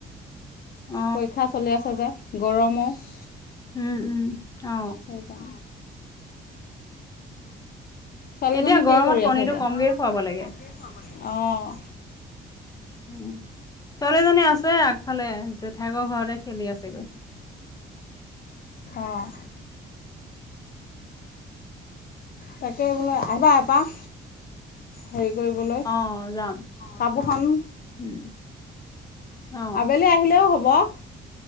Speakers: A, on the left; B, on the left.
A: অ
B: পৰীক্ষা চলি আছে যে। গৰমত।
A: উম, উম। অ
B: সেই কাৰ ছোৱালীজনী
A: এতিয়া গৰমত
B: কি কৰি
A: কণীটো
B: আছে এতিয়া?
A: কমকে খুৱাব লাগে
B: অঁ।
A: উম ছোৱালীজনী আছে। ফালে জেঠাইকৰ ঘৰতে খেলি আছেগৈ।
B: অঁ তাকে বোলো আহিবা এপাক হেৰি কৰিবলৈ
A: অ যাম
B: কাপোৰখন
A: উম অ
B: আবেলি আহিলেও হ'ব। ৱাহ।